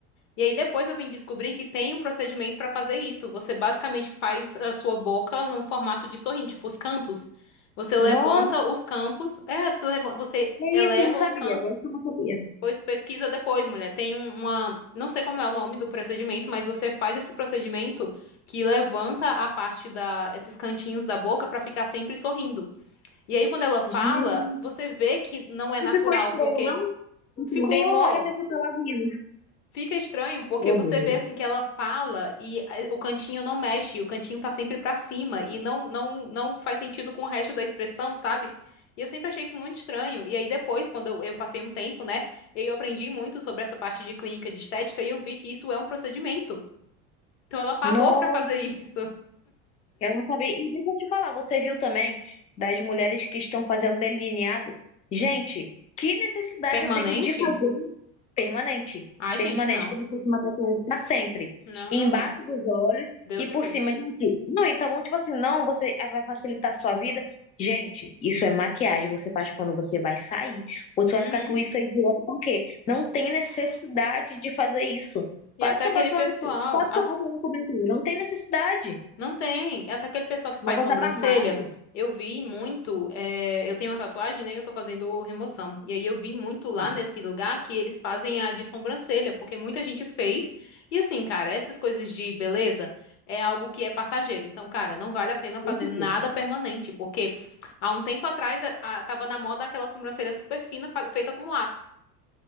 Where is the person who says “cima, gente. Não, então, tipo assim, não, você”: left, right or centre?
Left